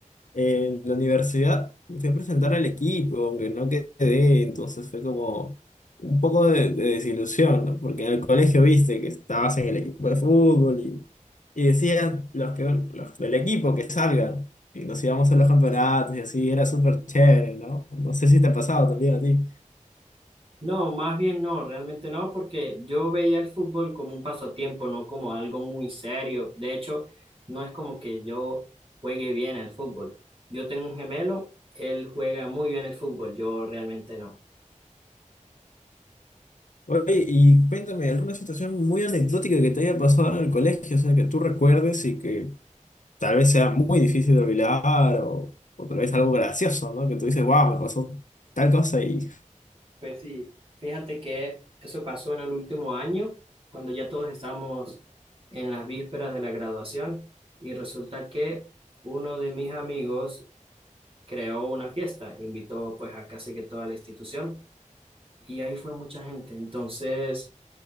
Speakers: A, on the left; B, on the right.
A: en la universidad me fui a presentar al equipo, aunque no quedé. Entonces fue como un poco de, de desilusión, ¿no? Porque en el colegio viste que estabas en el equipo de fútbol y, y decían los, que, los del equipo que salgan. Y nos íbamos a los campeonatos y así. Era súper chévere, ¿no? No sé si te ha pasado también a ti.
B: No, más bien no, realmente no, porque yo veía el fútbol como un pasatiempo, no como algo muy serio. De hecho, no es como que yo juegue bien al fútbol. Yo tengo un gemelo, él juega muy bien el fútbol, yo realmente no.
A: Oye, y cuéntame, ¿alguna situación muy anecdótica que te haya pasado en el colegio? O sea, que tú recuerdes y que tal vez sea muy difícil de olvidar o, o tal vez algo gracioso, ¿no? Que tú dices, wow, me pasó tal cosa y...
B: Pues sí, fíjate que eso pasó en el último año, cuando ya todos estamos en las vísperas de la graduación, y resulta que uno de mis amigos creó una fiesta, invitó pues a casi que toda la institución. y ahí fue mucha gente. Entonces,